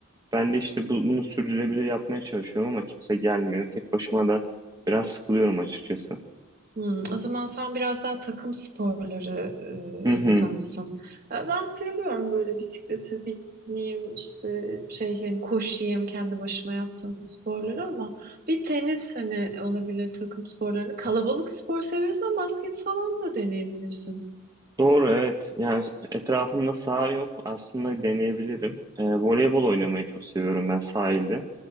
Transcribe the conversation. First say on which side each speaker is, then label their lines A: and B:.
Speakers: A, on the right; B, on the right.
A: Ben de işte bu, bunu sürdürülebilir yapmaya çalışıyorum ama kimse gelmiyor. Tek başıma da biraz sıkılıyorum açıkçası.
B: Hmm, o zaman sen biraz daha takım sporları
A: Hı
B: e, insanısın.
A: hı.
B: E, Ben seviyorum böyle bisiklete bineyim, işte şey yani koşayım kendi başıma yaptığım sporları ama bir tenis hani olabilir takım sporlarını. Kalabalık spor seviyorsan basket falan da deneyebilirsin.
A: Doğru evet. Yani etrafımda saha yok. Aslında deneyebilirim. Ee, voleybol oynamayı çok seviyorum ben sahilde.